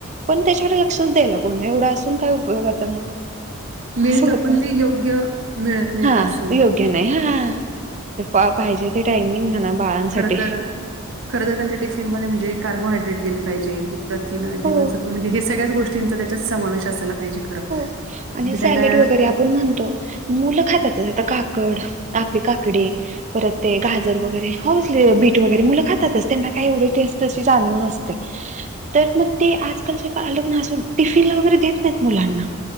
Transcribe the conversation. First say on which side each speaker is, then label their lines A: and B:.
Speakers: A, on the right (about 35°); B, on the right (about 60°).
A: पण त्याच्यासाठी लक्षच द्याय कोण एवढा असून काय उपयोगता मग.
B: मिळत
A: असं होतं
B: पण ते योग्य, मिळत नाही
A: हा
B: असं.
A: योग्य नाही हा ते पाहिजे. ते टायमिंग म्हणा बाळांसाठी
B: खर तर खर तरर त्यांच्या टिफिन मध्ये म्हणजे कार्बोहायड्रेट गेले पाहिजे. प्रथिन जीवसत्व
A: हो
B: म्हणजे हे सगळ्याच गोष्टींचा त्यात समावेश असाला पाहिजे. खरं.
A: हो आणि
B: म्हणजे
A: सॅलेड
B: त्यांना
A: वगैरे आपण म्हणतो मुलं खातात आता काकड, आप काकडी परत ते गाजर वगैरे हो बीट वगैरे मुलं खातातच त्यांना, काय एवढी टेस्ट त्याची चांगली नसते. तर मग ते आजकाल चे पालक ना अजून वगैरे देत नाही मुलांना